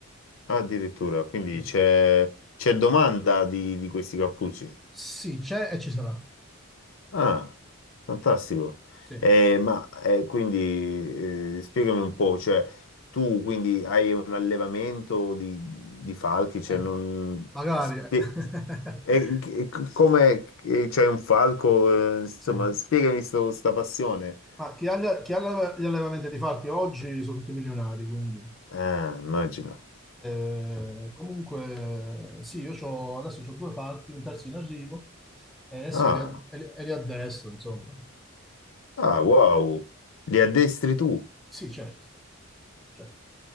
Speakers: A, on the left; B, in the centre.
A: Ah, addirittura, quindi
B: Sì,
A: c'è c'è domanda di, di questi cappucci.
B: Sì, c'è e ci sarà.
A: Ah, fantastico.
B: Sì.
A: Eh, ma eh, quindi eh, spiegami un po', cioè tu quindi hai un allevamento di, di falchi, cioè
B: Eh,
A: non...
B: magari.
A: spie-
B: eh. <laughs>
A: e- e- c- come e c'hai un falco, eh, insomma,
B: Sì.
A: spiegami sto, sta passione.
B: Ma chi ha, gli chi ha l'alleva- gli allevamenti di falchi oggi sono tutti milionari, quindi...
A: Ah, immagino.
B: Eh, comunque, sì, io c'ho- adesso ho due falchi, un terzo in arrivo, e
A: Ah,
B: sì, eri a, e- e li addestro, insomma.
A: ah, wow, li addestri tu.
B: Sì, certo, certo.